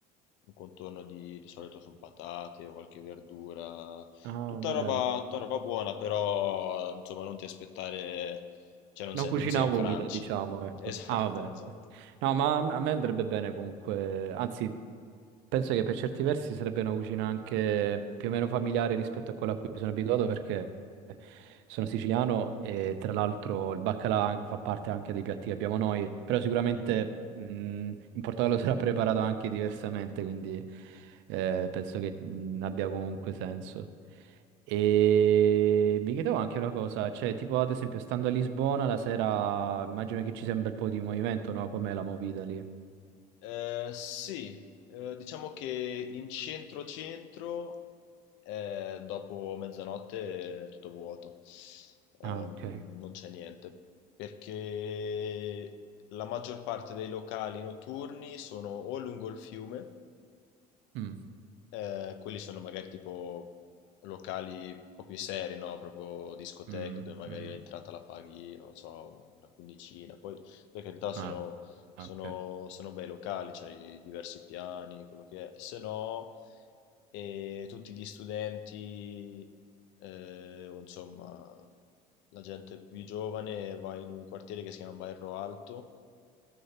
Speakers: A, on the left (about 65°); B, on the right (about 60°).
A: un contorno di, di solito sono patate o qualche verdura,
B: Ah,
A: tutta
B: va
A: roba,
B: bene.
A: tutta roba buona, però insomma non ti aspettare, cioè non
B: Una
A: sei,
B: cucina
A: non sei in
B: umile,
A: Francia.
B: diciamo, ecco.
A: <laughs> Esatto,
B: Ah, vabbè.
A: esatto.
B: No, ma a me andrebbe bene comunque. Anzi, Penso che per certi versi sarebbe una cucina anche più o meno familiare rispetto a quella a cui sono abituato perché sono siciliano e tra l'altro il baccalà fa parte anche dei piatti che abbiamo noi, però sicuramente
A: Mhm.
B: mh, in Portogallo <laughs> sarà preparato anche diversamente, quindi eh, penso che mh, abbia comunque senso. E mi chiedevo anche una cosa, cioè tipo ad esempio stando a Lisbona la sera immagino che ci sia un bel po' di movimento, no? Com'è la movida lì?
A: Eh, sì, eh, diciamo che in centro-centro eh, dopo mezzanotte è tutto vuoto, Ehm,
B: Ah, ok.
A: non c'è niente, perché la maggior parte dei locali notturni sono o lungo il fiume,
B: Mm.
A: eh, quelli sono magari tipo locali un po' più seri, no? Proprio discoteche
B: Mm,
A: dove magari
B: mm.
A: l'entrata la paghi, non so, una quindicina. Poi, per carità, sono,
B: Ah,
A: sono,
B: ah, ok.
A: sono bei locali, c'hai diversi piani, quello che è. Se no, eh, tutti gli studenti, eh, o insomma, la gente più giovane va in un quartiere che si chiama Bairro Alto